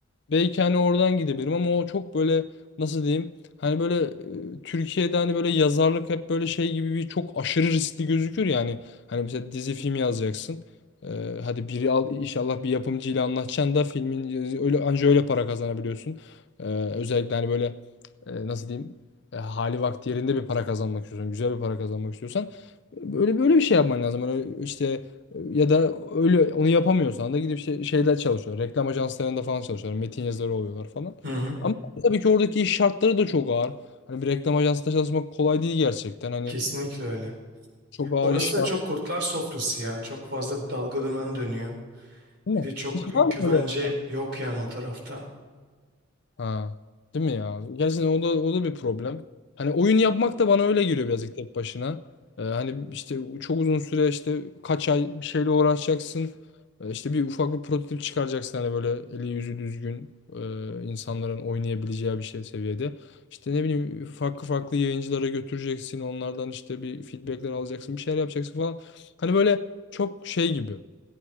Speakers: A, on the left (about 55°); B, on the right (about 50°).
A: Belki hani oradan gidebilirim ama o çok böyle nasıl diyeyim hani böyle e, Türkiye'de hani böyle yazarlık hep böyle şey gibi bir çok aşırı riskli gözükür yani. Hani hani mesela dizi film yazacaksın. Ee, hadi biri al inşallah bir yapımcıyla anlaşacaksın da filmin öyle anca öyle para kazanabiliyorsun. Ee, özellikle hani böyle e, nasıl diyeyim e, hali vakti yerinde bir para kazanmak istiyorsan, güzel bir para kazanmak istiyorsan böyle böyle bir şey yapman lazım. Hani işte ya da öyle onu yapamıyorsan da gidip şey, şeyler çalışıyor. Reklam ajanslarında falan çalışıyorlar. Metin yazarı oluyorlar falan.
B: Hı hı.
A: Ama tabii ki oradaki iş şartları da çok ağır. Hani bir reklam ajansında çalışmak kolay değil gerçekten. Hani
B: Kesinlikle öyle.
A: çok ağır
B: Orası
A: iş şartları
B: da çok kurtlar sofrası ya. Çok fazla dalga dümen dönüyor.
A: değil
B: Bir
A: mi?
B: de çok
A: Hiç
B: güvence
A: var mı böyle
B: yok yani o tarafta.
A: Ha. Değil mi ya? Gerçekten o da, o da bir problem. Hani oyun yapmak da bana öyle geliyor birazcık tek başına. Ee, hani işte çok uzun süre işte kaç ay bir şeyle uğraşacaksın. Ee, işte bir ufak bir prototip çıkaracaksın hani böyle eli yüzü düzgün e, insanların oynayabileceği bir şey seviyede. İşte ne bileyim farklı farklı yayıncılara götüreceksin. Onlardan işte bir feedbackler alacaksın. Bir şeyler yapacaksın falan. Hani böyle çok şey gibi.